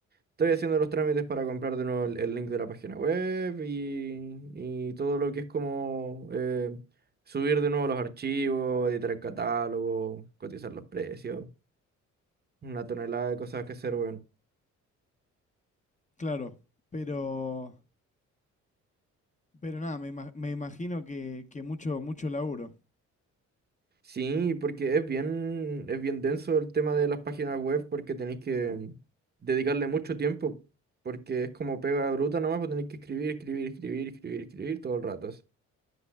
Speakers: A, on the right; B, on the left.
A: Estoy haciendo los trámites para comprar de nuevo el, el link de la página web y, y todo lo que es como eh, subir de nuevo los archivos, editar el catálogo, cotizar los precios, una tonelada de cosas que hacer, weón.
B: claro. Pero Pero nada, me, ima- me imagino que, que mucho, mucho laburo.
A: Sí, porque es bien, es bien denso el tema de las páginas web porque tenéis que dedicarle mucho tiempo, porque es como pega bruta nomás, pues tenéis que escribir, escribir, escribir, escribir, escribir todo el rato.